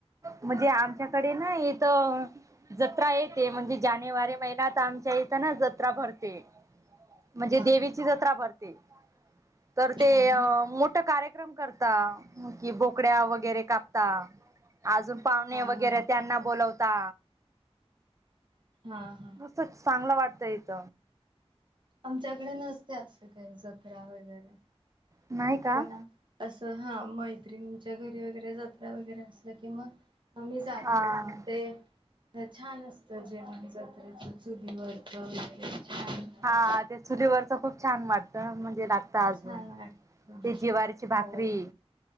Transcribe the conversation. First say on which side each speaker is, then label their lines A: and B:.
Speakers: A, on the right; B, on the right.
A: म्हणजे आमच्याकडे ना इथ जत्रा येते. म्हणजे जानेवारी महिन्यात आमच्या इथं ना जत्रा भरते. म्हणजे
B: हा.
A: देवीची जत्रा भरते. तर
B: हा
A: ते
B: ना.
A: मोठ कार्य करम करता कि बोकड्या वगैरे कापता. अजून पाहुणे
B: हा
A: वगैरे
B: हा
A: त्यांना बोलवता.
B: हा हा
A: असं चांगलं वाटतं इथ.
B: आमच्याकडे नसते असं काही जत्रा वगैरे.
A: नाही का
B: पण असं हा मैत्रिणींच्या घरी वगैरे जत्रा वगैरे असल्या कि मग आम्ही जातो
A: हा.
B: मग ते छान असतं जेवण जत्रेच चुलीवरच वगैरे. छान
A: हा ते चुलीवरच खूप छान वाटत. म्हणजे लागत अजून.
B: छान वाटतं
A: ते जिवारीची
B: हो.
A: भाकरी.